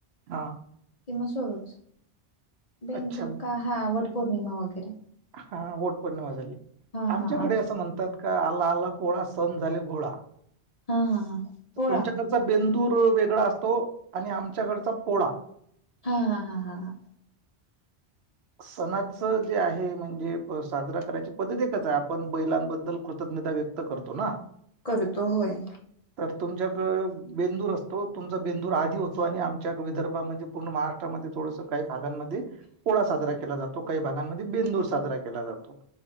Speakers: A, on the right; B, on the left.
A: हा.
B: किंवा सुरूच, बेंदूर
A: अच्छा
B: का हा वटपौर्णिमा वगैरे
A: हा वोट पौर्णिमा झाली
B: हा
A: आमच्याकडे
B: हा आता
A: असं म्हणतात. आला आला पोळा सण झाले गोळा
B: हा हा हा पोळा
A: तर तुमच्याकडचा बेंदूर वेगळा असतो आणि आमच्याकडचा पोळा
B: हा हा हा हा हा.
A: सणाच जे आहे म्हणजे साजरा करायची पद्धत एकच आहे आपण बैलांबद्दल कृत ज्ञता व्यक्त करतो ना
B: करतो होय
A: तर तुमच्याकड बेंदूर असतो तुमचा बेंदूर आधी होतो आणि आमच्या विदर्भामध्ये पूर्ण महाराष्ट्रामध्ये थोडंसं काही भागांमध्ये पोळा साजरा केला जातो, काही भागांमध्ये बेंदूर साजरा केला जातो.